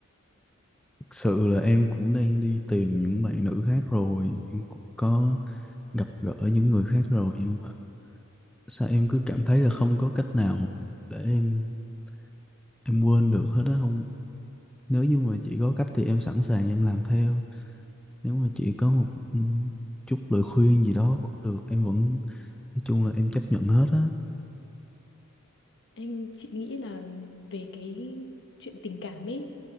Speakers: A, in the centre; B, on the left.
A: thực sự là em cũng đang đi tìm những bạn nữ khác rồi em cũng có gặp gỡ những người khác rồi nhưng mà sao em cứ cảm thấy là không có cách nào để em em quên được hết á không nếu như mà chị có cách thì em sẵn sàng em làm theo nếu mà chị có một ừ, chút lời khuyên gì đó cũng được em vẫn nói chung là em chấp nhận hết á
B: Em chị nghĩ là về cái chuyện tình cảm ấy